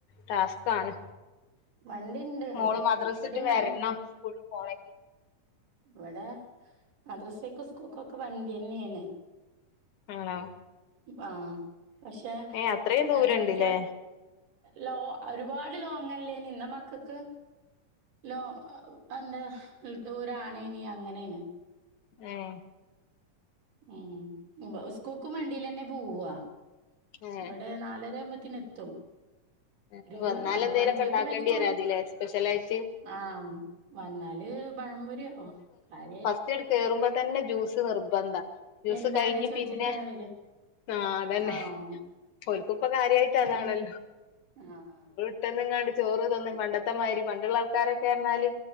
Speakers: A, on the left; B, on the right.
A: ടാസ്കാണ്
B: വണ്ടിണ്ട്
A: മോള് മദ്രസ
B: ഇവടിം
A: ഇട്ട് വരണം
B: വണ്ടി
A: സ്കൂൾ പോണെങ്കി
B: ഇവടെ മദ്രസീക്കും സ്കൂൾക്കൊക്കെ വണ്ടി ന്നെയാണ്
A: ആണോ
B: ആഹ് പക്ഷെ <unintelligible>
A: ഏ അത്രയും ദൂരണ്ട്ല്ലേ
B: അത് ലോ ഒരുപാട് ലോങ്ങല്ലേനും ഇള്ള മക്കക്ക് ലോ എന്താ ദൂരണ് ഇനി അങ്ങനെണ്
A: എഹ്
B: ഉംഇബ സ്കൂക്കും വണ്ടിലെ ന്നെ പോവാ
A: ഏ
B: ഇബടെ നാലരാമ്പത്തിന എത്തും
A: നേരത്തെ
B: ഒരു
A: വന്നാലെ
B: നമ്മള്
A: എന്തേലുക്കെ
B: വണ്ടിയൊക്കെ
A: ഇണ്ടാക്കേണ്ടി
B: വിളിച്ചു പോ
A: വരാതില്ലേ സ്പെഷ്യലായിട്ട്
B: ആഹ് വന്നാല് പഴപൊരി യോകാര്യയിട്ട്
A: ച്ചീട് കേറുമ്പോ തന്നെ ജ്യൂസ് നിർബന്ധ ജ്യൂസ്
B: എന്താണ്
A: കയിഞ്ഞ്
B: ചോയിച്ചിട്ടാ
A: പിന്നെ
B: വരാ
A: ആഹ് അതന്നെ
B: ആഹ്
A: ഒരുക്കുപ്പോ കാര്യായിട്ട്
B: ഇന്നെന്താ
A: അതാണല്ലോ
B: ആഹ്
A: ട്ടന്നുംങ്ങാണ്ട് ചോറ് തിന്നും പണ്ടത്തെമാതിര് പണ്ടുള്ള ആൾക്കാരൊക്കെ പറഞ്ഞാല്